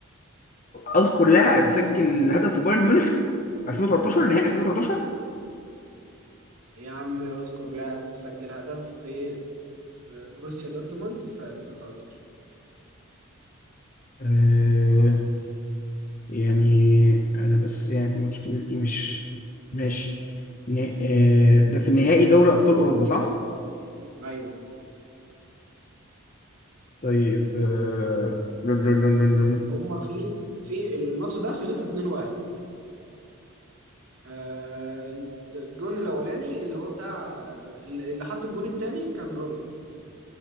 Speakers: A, on the left; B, on the right.
A: اذكر لاعب سجل هدف في بايرن ميونخ 2013 نهائي 2013
B: يا عم اذكر لاعب سجل هدف في بروسيا دورتموند في 2013
A: أه يعني انا بس يعني مشكلتي مش ماشي ن... أه ده في النهائي دوري ابطال اوروبا صح
B: أيوه
A: طيب أه... رن رن رن رن رن.
B: هما في في الماتش ده خلص 2-1 آه، الجون الأولاني اللي هو بتاع آه، اللي حط الجون التاني كان روبن